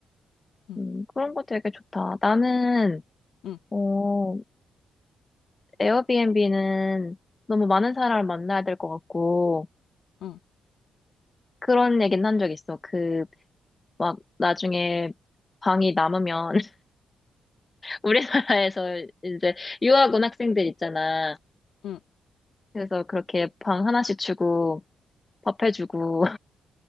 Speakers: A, on the left (about 80°); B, on the left (about 25°).
A: 응,
B: 음, 그런 거 되게 좋다. 나는,
A: 응,
B: 어, 에어비앤비는 너무 많은 사람을 만나야 될 것 같고,
A: 응,
B: 그런 얘기는 한 적 있어. 그, 막, 나중에 방이 남으면, <laughs> 우리나라에서 이제 유학 온 학생들 있잖아.
A: 응.
B: 그래서 그렇게 방 하나씩 주고, 밥 해주고,